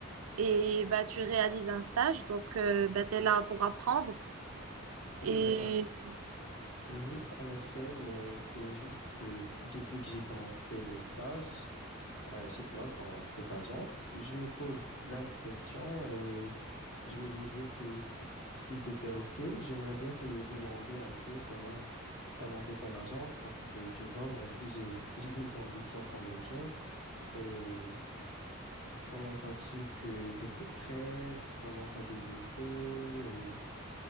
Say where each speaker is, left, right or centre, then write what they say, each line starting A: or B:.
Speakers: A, on the right; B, on the left.
A: et bah, tu réalises un stage, donc euh, bah, tu es là pour apprendre.
B: Oui,
A: Et...
B: oui, en, mhm, en effet, mais c'est juste que depuis que j'ai commencé le stage euh, chez toi dans cette agence, je me pose plein de questions et je me disais que si, si tu étais OK, j'aimerais bien te demander un peu comment tu as monté ton agence parce que tu vois, moi aussi j'ai j'ai des ambitions comme les tiennes. et Comment t'as su que t'étais prête? Comment t'as débuté? euh,